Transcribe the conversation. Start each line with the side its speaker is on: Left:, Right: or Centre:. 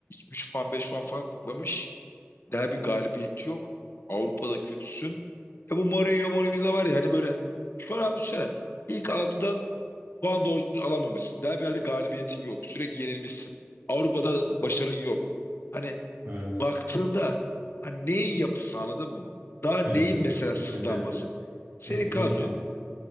Left: 3 puan 5 puan falan toplamış. Derbi galibiyeti yok. Avrupa'da kötüsün. E bu Mourinho Mourinho da var ya hani böyle şu an abi düşünsene. İlk altıdan puan doğru düzgün alamamışsın. Derbilerde galibiyetin yok. Sürekli yenilmişsin. Avrupa'da başarın yok. Hani
Right: Evet.
Left: baktığında hani neyin yapısı anladın mı? Daha neyin
Right: Evet evet.
Left: mesela sızlanması?
Right: Evet, evet.
Left: Senin
Right: Kesinlikle.
Left: kadron